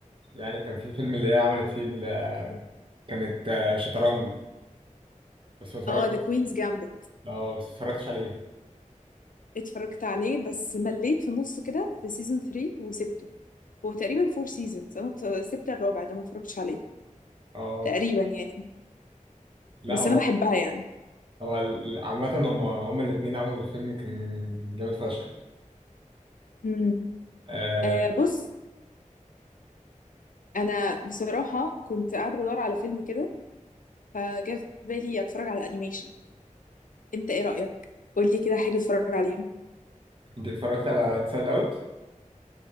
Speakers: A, on the right; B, on the left.
A: يعني كان في فيلم اللي هي عملت فيه ال- آه، كانت آه، شطرنج بس ما اتفرجتش
B: اه ذا كوينز جامبت
A: اه بس ما اتفرجتش عليه
B: اتفرجت عليه بس مليت في نصه كده في سيزون 3 وسبته هو تقريبا فور سيزونز أنا ت- سبت الرابع ده ما اتفرجتش عليه
A: اه
B: تقريبا يعني
A: لا
B: بس
A: هو
B: أنا بحبها يعني
A: هو ال- عامه هم هم الاثنين عملوا الفيلم كان جامد فشخ
B: مم.
A: آه،
B: آه، بص أنا بصراحة كنت قاعدة بدور على فيلم كده فجاء في بالي أتفرج على أنيميشن انت ايه رأيك قولي كده حاجة اتفرج عليها
A: انت اتفرجت على انسايد اوت